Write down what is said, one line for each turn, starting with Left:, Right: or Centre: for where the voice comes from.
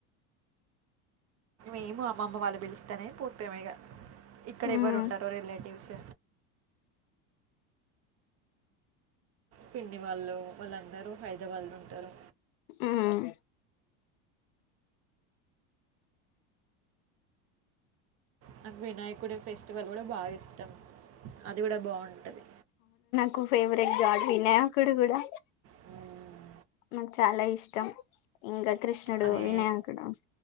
Right: మేము అమ్మమ్మ వాళ్ళు పిలిస్తేనే పోతిమిగా ఇక్కడ
Left: ఉమ్
Right: ఎవరు ఉండరు రిలేటివ్స్ పిన్నివాళ్ళు వాళ్ళందరూ హైదరాబాద్ లో ఉంటారు
Left: ఆమ్
Right: నాకు వినాయకుడి ఫెస్టివల్ కూడా బాగా ఇష్టం అది కూడా బాగుంటది
Left: కు ఫేవరెట్ గాడ్ వినాయకుడు కూడా
Right: హ్మ్.
Left: నాకు చాలా ఇష్టం ఇంకా కృష్ణుడు
Right: అదే
Left: వినాయకుడు